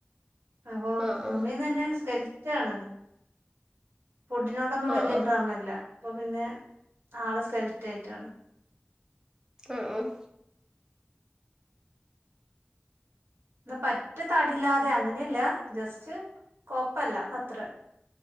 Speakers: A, on the right; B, on the right.
A: അപ്പൊ
B: ആഹ്
A: മ്മീ തന്നെ സ്കെൽ റ്റാണ്. ഫുഡിനോടൊന്നും
B: ആഹ് ആഹ്
A: വലിയ ഭ്രമില്ല അപ്പൊ പിന്നെ ആള് സ്ക്കെൽറ്റ് ആയിട്ടാണ്
B: ആഹ് ആഹ്
A: ഇന്നാ പറ്റ് താടില്ലാതെ അങ്ങനെയല്ല ജസ്റ്റ് കോപ്പല്ല അത്ര